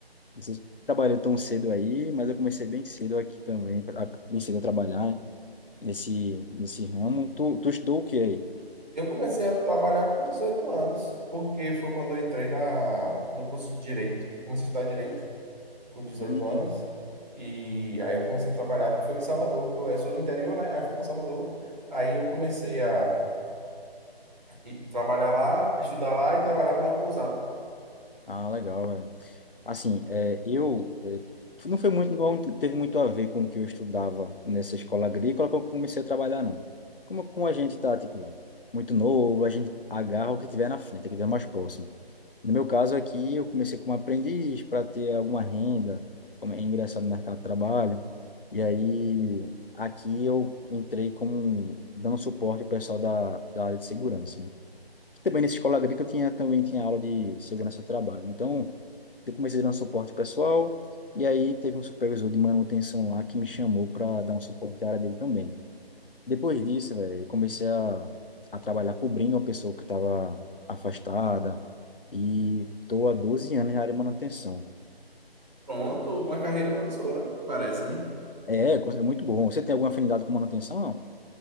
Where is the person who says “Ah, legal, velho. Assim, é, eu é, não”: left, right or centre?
Left